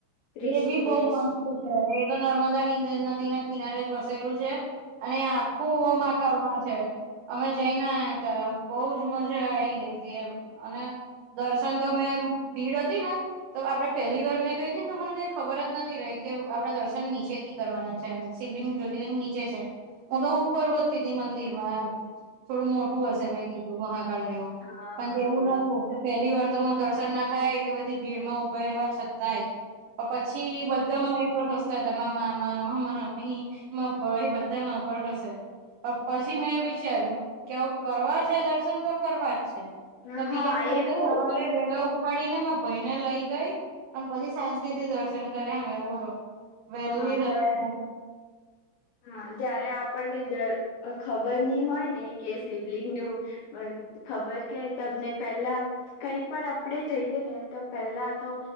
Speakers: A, on the left; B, on the right.
A: ઋષિકેશ
B: એ બી બહુ મસ્ત છે એ તો નર્મદા નદી ના કિનારે જ વસેલું છે. અને આખું ઓમઆકારમાં છે. અમે જઈ ના આયા હતા બોજ મજા આઈ ગઈ હતી એમ અને દર્શન તો મેં ભીડ હતી ને તો આપડે પહેલી વાર મેં ગઈ હતી ને તો મને કઈ ખબર જ નથી રહી કે આપડે દર્શન નીચે થી કરવાના છે શિવલિંગ જ્યોતિર્લિંગ નીચે છે. ઉ તો ઉપર ગોતીતી મંદિરમાં એમ થોડું મોટું હસે મે કીધૂ મહાકાાલ જેવુ.
A: હા
B: પણ જેવું
A: હા
B: નતું પહેલી વાર તો મને દર્શન ના થયા એટલી બધી ભીડ માં ઊભા રહેવા છતાંય. પછી બધા મારી પર હસ તાતા મામા માં મામી મા ભાઈ બધા એ મારા પર હશે. પછી મેં વિચાર્યું કે અવ કરવા છે દર્શન તો કરવા જ છે.
A: હા
B: તો
A: હા
B: બીજા દિવસે
A: એવું
B: સવારે વેલા ઉઠાડીને મા ભાઈને લઈ ગઈ અને પછી શા તીથી દર્શન કર્યા મે બોલો. વહેલી
A: હા
B: સવારે
A: જાણે હા જયારે આપણને ખબર ની હોય ને કે શિવલિંગ નું પણ ખબર કે તમને પેલા કઈ પણ આપણેે જઈએ ને તો પેલા તો